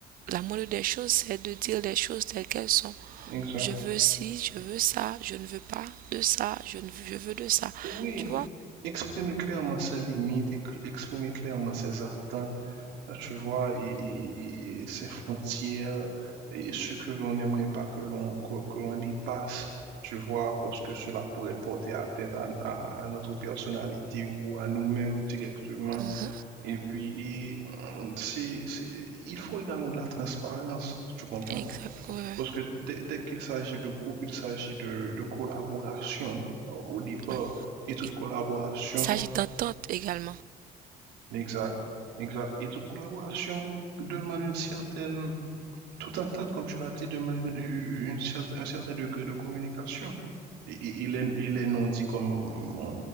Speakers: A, on the right (about 55°); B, on the right (about 85°).
A: la moindre des choses, c'est de dire les choses telles qu'elles sont.
B: exact.
A: Je veux ci, je veux ça, je ne veux pas de ça, je ne je veux de ça.
B: Oui,
A: Tu vois?
B: exprimer clairement ses limites, éc- exprimer clairement ses attentes. tu vois, et, et- et- et ces frontières, et ce que l'on n'aimerait pas que l'on que, que l'on dépasse, tu vois, parce que cela pourrait porter atteinte à, à- à notre personnalité ou à nous-mêmes directement.
A: Mhm.
B: Et puis, et, hum, c'est, c'est, il faut également de la transparence, tu comprends?
A: Exact. ouais,
B: Parce que dès, dès qu'il s'agit de couple, il s'agit de, de collaboration euh, au départ,
A: ouais.
B: et toute
A: Il
B: collaboration,
A: s'agit d'entente également.
B: exact, exact, et toute collaboration demande une certaine Tout à fait, comme tu l'as dit, demande une, une cer- un certain degré de communication. Et, et- et les, et les non-dits, comme on,